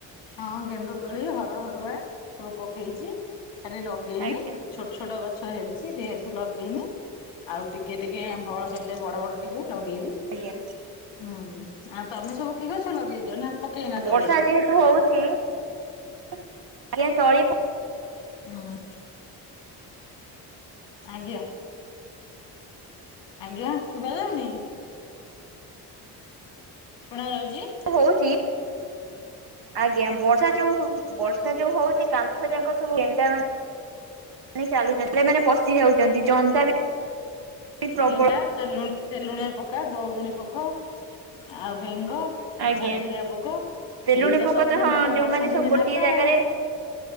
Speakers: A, on the left; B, on the right.
A: ହଁ ଗେଣ୍ଡୁ ତଳି ହର ହରୁଆ ସବୁ ପକେଇଛି ଖାଲି ଲଗେଇନି,
B: ଆଜ୍ଞା।
A: ଛୋଟ୍-ଛୋଟ ଗଛ ହେଇଛି ଯେହେତୁ ଲଗେଇନି, ଆଉ ଟିକେ-ଟିକେ କଅଁଳ ହେଲେ ବଡ଼ ବଡ଼ ଟିକେ ଲଗେଇବି,
B: ଆଜ୍ଞା,
A: ହୁଁ ଆଉ ତମେ ସବୁ କି ଗଛ ଲଗେଇଛ ନା? ପକେଇନା
B: ବର୍ଷା
A: ତଳି
B: ଯେହେତୁ ହଉଛି ଆଜ୍ଞା ତଳି ପ
A: ହୁଁ, ଆଜ୍ଞା, ଆଜ୍ଞା ଶୁଭାଯାଉନି? ଶୁଣା ଯାଉଛି।
B: ହଉଛି ଆଜ୍ଞା ବର୍ଷା ଯୋଉ ହଉ ବର୍ଷା ଯୋଉ ହଉଛି କାନ୍ଥ ଯାକ ସବୁ ଗେଣ୍ଡା ମାନ୍, ମାନେ ଚାଲୁଛନ୍ତି ନାଇଁ ମାନେ ପଶି ଯାଉଛନ୍ତି, ଜନ୍ଦା
A: ଆ
B: ବି ପ୍ରବଳ
A: ଗେଣ୍ଡା, ତେଲୁନ୍ ତେଲୁଣିଆ ପକା, ଗରୁଣୀ ପୋକ ଆ ବେଙ୍ଗ,
B: ଆଜ୍ଞା
A: ଝରଝୁରିଆ ପୋକ
B: ତେଲୁଣି
A: ଏଇତ
B: ପୋକ
A: ସବୁଙ୍କର
B: ତ ହଁ ଯୋଉମାନେ
A: ବର୍ଷା ଦିନି
B: ସବୁ ଗୋଟିଏ
A: ନାଟ
B: ଜାଗାରେ
A: ଆଉ,